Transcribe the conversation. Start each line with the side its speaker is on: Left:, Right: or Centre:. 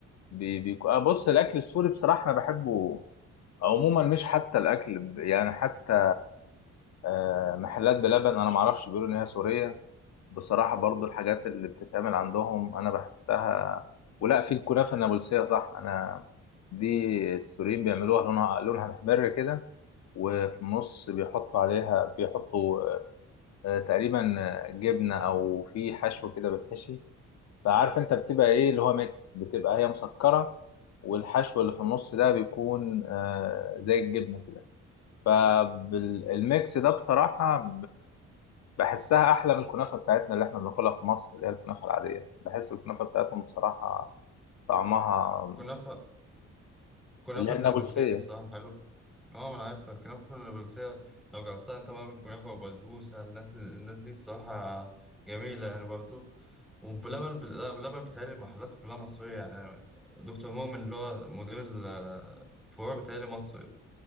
Left: بي... بي... آه بص الأكل السوري بصراحة أنا بحبه عموما مش حتى الأكل ب- يعني حتى آه، محلات بلبن أنا معرفش بيقولوا إن هي سورية بصراحة برضو الحاجات اللي بتتعمل عندهم أنا بحسها ولا في الكنافة النابلسية صح أنا دي السوريين بيعملوها لونها لونها محمر كده وفي النص بيحطوا عليها بيحطوا آه، تقريبا آه، جبنة أو في حشو كده بتحشي فعارف أنت بتبقى إيه اللي هو ميكس بتبقى هي مسكرة والحشو اللي في النص ده بيكون آه، زي الجبنة كده فالميكس
Centre: مم.
Left: ده بصراحة بحسها احلى من الكنافه بتاعتنا اللي احنا بناكلها في مصر اللي هي الكنافه العاديه بحس الكنافه بتاعتهم بصراحه طعمها
Centre: كنافة كنافة
Left: اللي هي
Centre: النابلسية
Left: النابلسيه
Centre: دي الصراحة حلوة اه ما أنا عارفها الكنافة النابلسية لو جربتها أنت بقى من كنافة وبسبوسة الناس الناس دي الصراحة جميلة يعني برضه وبلبن بل- لا، بلبن بتهيألي المحلات كلها مصرية يعني دكتور مؤمن اللي هو مدير الفروع بتهيألي مصري